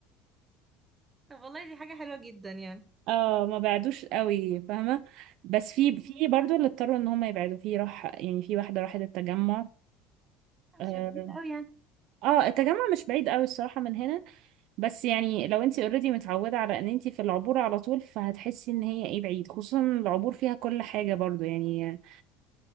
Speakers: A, on the right; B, on the right.
A: طب والله دي حاجة حلوة جدا يعني
B: اه ما بعدوش قوي فاهمة بس في
A: مم.
B: في برضو اللي اضطروا ان هم يبعدوا في راح يعني في واحدة راحت التجمع
A: مش
B: اه
A: بعيد قوي يعني
B: آه، التجمع مش بعيد قوي الصراحة من هنا بس يعني لو انتي اوريدي متعودة على ان انتي في العبور على طول فهتحسي ان هي ايه بعيد خصوصا العبور فيها كل حاجة برضو يعني